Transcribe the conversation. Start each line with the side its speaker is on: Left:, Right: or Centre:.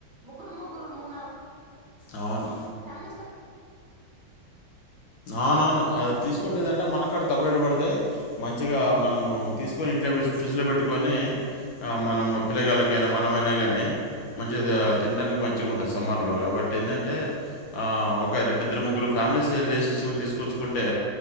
Right: ముగ్గురు ముగ్గురు మూడు నాలుగు
Left: అవును
Right: ఫ్యామ్ లీస్
Left: అవున అవును అది తీసుకోటలేదట మనకాడ తక్కువ రేట్ పడతాయి మంచిగా మనం తీసుకొని ఇంట్లో పె ఫ్రిడ్జ్లో పెట్టుకొని మనం పిల్లగాల ఇకైనా మనమైనా కానీ మంచిగా తినడానికి మంచిగా ఉంటుంది సమ్మర్లో కాబట్టి ఏందంటే ఆ ఒక రెడ్డిద్దరు ముగ్గురు ఫ్యామిలీస్ వెల్లేసేసి తీసుకొచ్చుకుంటే